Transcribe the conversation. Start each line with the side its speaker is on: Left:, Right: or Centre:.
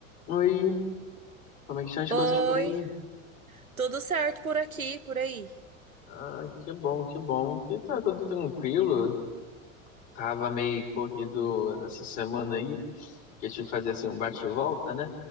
Left: Oi, como é que estão as
Right: Oi,
Left: coisas por aí?
Right: tudo certo por aqui, por aí?
Left: Ah, que bom, que bom. E tá tudo tranquilo. Tava meio corrido nessa semana aí, que eu tive que fazer assim um bate-volta, né?